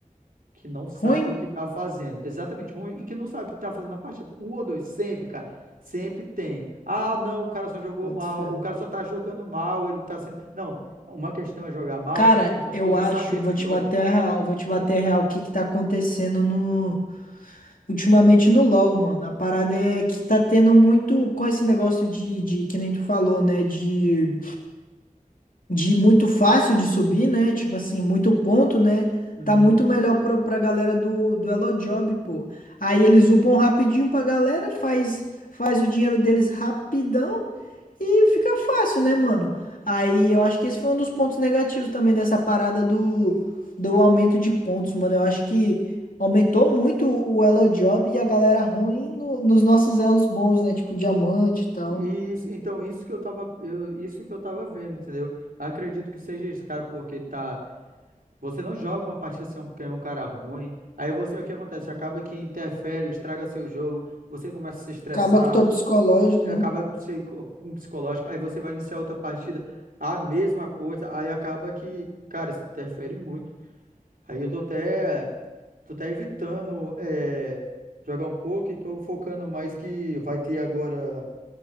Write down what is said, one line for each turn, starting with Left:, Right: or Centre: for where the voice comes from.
Right: que não sabe
Left: Ruim?
Right: o que tá fazendo. Exatamente, ruim e que não sabe o que tá fazendo na partida. Um ou dois, sempre, cara. Sempre tem. Ah, não, o cara só jogou
Left: Boto
Right: mal,
Left: fé.
Right: o cara só tá jogando mal, ele não tá sendo. Não, uma questão é jogar mal,
Left: Cara,
Right: uma
Left: eu
Right: coisa
Left: acho,
Right: é saber
Left: vou
Right: do jogo.
Left: te bater a real, vou te bater a real o que que tá acontecendo no ultimamente no LoL, mano. A parada é que tá tendo muito com esse negócio de, de que nem tu falou, né, de de muito fácil de subir, né? Tipo assim, muito ponto, né?
Right: Uhum.
Left: Tá muito melhor pro, pra galera do do Elo Job, pô. Aí eles upam rapidinho pra galera, faz faz o dinheiro deles rapidão e fica fácil, né, mano? Aí eu acho que esse foi um dos pontos negativos também dessa parada do, do aumento de pontos, mano. Eu acho que aumentou muito o Elo Job e a galera ruim no- nos nossos elos bons, né? Tipo diamante e tal.
Right: E Isso, então, isso que eu tava, eu- isso que eu tava vendo, entendeu? Acredito que seja isso, cara, porque tá. Você não joga uma partida sem um, que é um cara ruim. Aí você, o que acontece? Acaba que interfere, estraga seu jogo, você começa a se estressar.
Left: Acaba com o teu psicológico,
Right: acaba
Left: né?
Right: que você co- com o psicológico, aí você vai iniciar outra partida, a mesma coisa, aí acaba que, cara, isso interfere muito. Aí eu tô até, tô até evitando é, jogar um pouco e tô focando mais que vai ter agora.